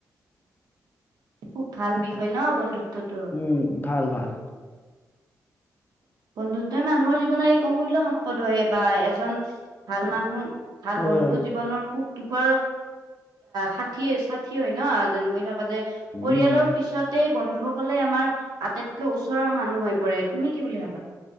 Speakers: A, on the right (about 80°); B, on the left (about 30°).
A: খুব ভাল বিষয় ন বন্ধুত্বটো।
B: উম' ভাল, ভাল।
A: বন্ধুত্বই মানুহৰ জীৱনৰ এই অমূল্য সম্পদ হয় বা এজন ভাল মানুহ। ভাল
B: হয়
A: বন্ধু
B: হয়
A: জীৱনৰ সুখ দুখৰ ষাঠি, ষাঠি হয় ন যেনেকুৱা যে পৰিয়ালৰ
B: উম
A: পিছত গোটেই বন্ধু সকলে আমাৰ আটাইতকৈ ওচৰৰ মানুহ হৈ পৰে তুমি কি বুলি ভাবা।